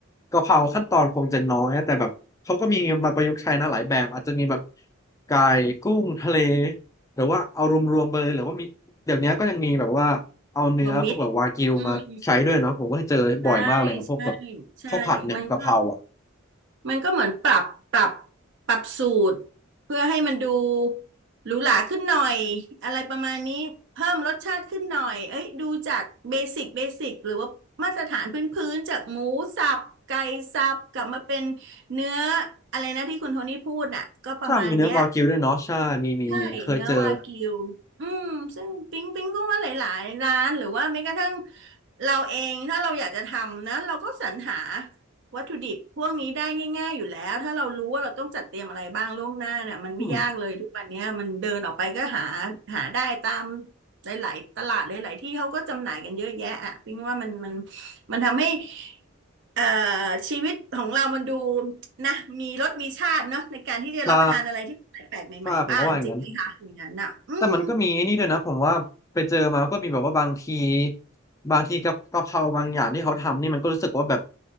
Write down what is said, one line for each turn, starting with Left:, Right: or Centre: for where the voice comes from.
Left: กะเพราขั้นตอนคงจะน้อยแต่แบบเขาก็มีมาประยุกต์ใช้นะหลายแบบอาจจะมีแบบไก่กุ้งทะเลหรือว่าเอารวมๆไปเลยหรือว่ามีเดี๋ยวนี้ก็ยังมีแบบว่า เอาเนื้อพวกแบบวากิวมาใช้ด้วยเนาะผมก็เจอบ่อยมากเลยนะพวกแบบ
Right: รวมมิตรอืมใช่ใช่ใช่มันก็
Left: ข้าวผัดเนี่ยกะเพราอ่ะ
Right: มันก็เหมือนปรับ ปรับ ปรับสูตร เพื่อให้มันดูหรูหราขึ้นหน่อย อะไรประมาณนี้ เพิ่มรสชาติขึ้นหน่อยเอ้ยดูจากเบสิกเบสิกหรือว่ามาตรฐานพื้นพื้นจากหมูสับ ไก่สับกลับมาเป็นเนื้ออะไรนะที่คุณโทนี่พูดน่ะก็ประมาณเนี้ย
Left: ใช่มีเนื้อวากิวด้วยเนาะใช่มีมีมีเคยเจอ
Right: ใช่เนื้อวากิวอืมซึ่งปิ๊งปิ๊งก็ว่าหลายๆร้านหรือว่าแม้กระทั่งเราเองถ้าเราอยากจะทำนะเราก็สรรหาวัตถุดิบพวกนี้ได้ง่ายๆอยู่แล้วถ้าเรารู้ว่าเราต้องจัดเตรียมอะไรบ้างล่วงหน้าน่ะมันไม่ยากเลยทุกวันเนี้ยมันเดินออกไปก็หา
Left: อืม
Right: หาได้ตามหลายๆตลาดหลายๆที่เขาก็จำหน่ายกันเยอะแยะอ่ะปิ๊งว่ามันมันมันทำให้เอ่อชีวิตของเรามันดู นะมีรสมีชาติเนาะในการที่จะรับประทานอะไรที่แปลกๆใหม่ๆบ้างจริงไหมคะอย่างนั้นอ่ะอืม
Left: ใช่ใช่ผมก็ว่าอย่างนั้น แต่มันก็มีไอ้นี่ด้วยนะผมว่าไปเจอมาก็มีแบบว่าบางทีบางทีกับกะเพราบางอย่างที่เขาทำนี่มันก็รู้สึกว่าแบบ